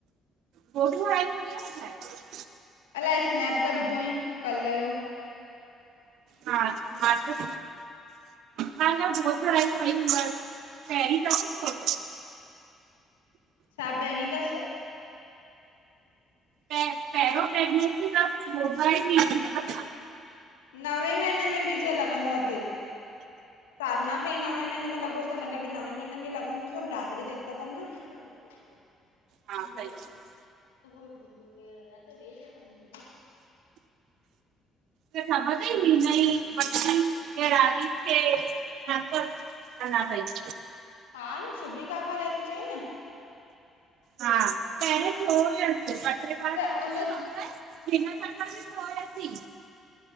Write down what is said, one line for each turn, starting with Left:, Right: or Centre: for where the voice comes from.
Right: टियों ॾींहं आई हुई आहे न शायदि?
Left: अलाए स्नैप त विधो हुंअई। कल्ह जो
Right: हा मां त हा न गोद भराई ते वई हूंदसि। पहिंरी तसि
Left: छा पहिरीं तसि?
Right: पहिरियों प्रेग्नेंसी तसि <inaudible> जी ईंदी आहे।
Left: नवे महीने में बि जो लॻंदो आहे तेल साधना खे ई नवे महीेने में लॻुस त हिन खे बि नवे महीने लॻंदुसि बिरादरी त हिक अथनि न करे छा ती पई?
Right: हा सही
Left: वठो
Right: आहे तोखे
Left: रोटी वेज़ आ न <inaudible>
Right: तोखे ख़बर तई नई <inaudible> पटरी केर राई हुन खे, छा अथसि, अञा ताईं।
Left: हा न शुभिका खां लंच चयईं न
Right: हा पहिरियोें थियो हुयसि <inaudible> ॿ टे बार
Left: त
Right: हुयोसि
Left: उन
Right: <inaudible> हिन चक्कर में हुयसि